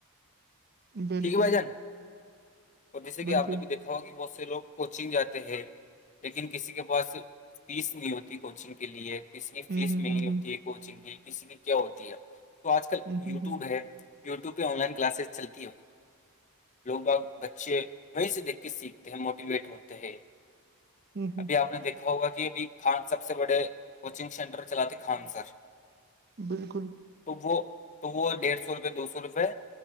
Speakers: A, on the right; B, on the left.
A: بالکل
B: ٹھیک ہے بھائی جان اور جیسے کہ
A: بالکل
B: آپ نے بھی دیکھا ہوا کہ بہت سے لوگ کوچنگ جاتے ہیں لیکن کسی کے پاس فیس نہیں ہوتی کوچنگ کے لیے کسی کی
A: ہوں
B: فیس
A: ہوں
B: ملنی
A: ہوں
B: ہوتی
A: ہوں
B: ہے کوچنگ کی کسی کی کیا ہوتی ہے تو آج کل
A: ہوں ہوں
B: یوٹیوب
A: ہوں
B: ہے یوٹیوبہ آن لائن کلاز چلتی ہے لوگ بگ بچے وہیں سے دیکھ کے سیکھتے ہیں موٹیویٹ ہوتے ہیں
A: ہوں ہوں
B: ابھی آپ نے دیکھ ہوگا کہ ابھی خان سب سے بڑے کوچنگ سینٹر چلاتے خان سر
A: بالکل
B: تو وہ تو وہ ڈیڑھ سو روپئے دو سو روپئے